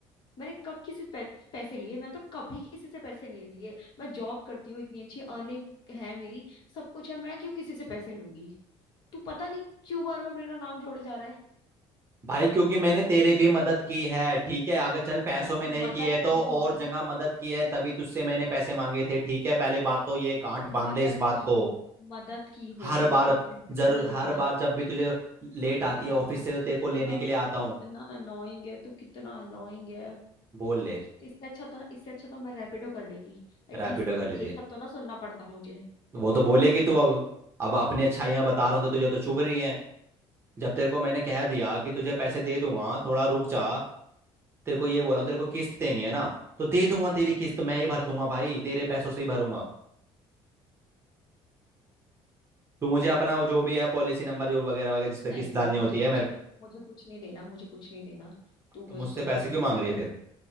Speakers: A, on the left; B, on the right.
A: मैंने कब किसी पै, पैसे लिए मैं तो कभी किसी से पैसे नहीं लिए मैं जॉब करती हूँ इतनी अच्छी अर्निंग है मेरी सब कुछ है मैं क्यों किसी से पैसे लूंगी तू पता नहीं क्यों बार बार मेरा नाम जोड़े जा रहा है
B: भाई क्योंकि मैंने तेरी भी मदद की है ठीक है अगर चल पैसों
A: अरे
B: में
A: तो
B: नहीं
A: मदद
B: की है तो
A: की होगी
B: और जगह मदद की है तभी तुझसे मैंने पैसे मांगे थे ठीक है पहले बात तो ये गांठ
A: तो
B: बांध
A: मदद
B: ले इस बात
A: की
B: को
A: मदद की होगी
B: हर
A: लेकिन
B: बार
A: पैसे तो
B: जर
A: नहीं
B: हर
A: दिए ना
B: बार जब भी तुझे लेट
A: अरे
B: आती है
A: यार
B: ऑफिस से
A: तू
B: तेरे को
A: कितना
B: लेने के लिए आता हूँ
A: कितना अनोइंग है तू कितना अनोइंग है
B: बोल ले
A: इससे अच्छा तो ना इससे अच्छा तो मैं रैपिडो कर लेती एटलीस्ट
B: रैपिडो कर लेती
A: ये
B: है
A: सब तो ना सुनना पड़ता मुझे
B: वो तो बोलेगी तू अब अब अपनी अच्छाइयाँ बता रहा हूँ तो तुझे तो चुभ रही हैं जब तेरे को मैंने कह दिया कि तुझे पैसे दे दूंगा थोड़ा रुक जा तेरे को ये बोला तेरे को किस्त देनी है ना तो दे दूंगा तेरी किस्त मैं ही भर दूंगा भाई तेरे
A: मुझे
B: पैसों से ही भरूंगा तू मुझे अपना वो
A: दे-
B: जो भी है पॉलिसी नंबर जो वगैरह वगैरह जिस पे
A: नहीं
B: किस्त
A: नहीं
B: डालनी
A: मुझे
B: होती
A: कुछ
B: है मेरे को
A: मुझे कुछ नहीं देना मुझे कुछ नहीं देना तू
B: तो
A: बस
B: मुझसे
A: मुझे
B: पैसे
A: पैसे
B: क्यों मांग
A: दे
B: रही है
A: कर
B: फिर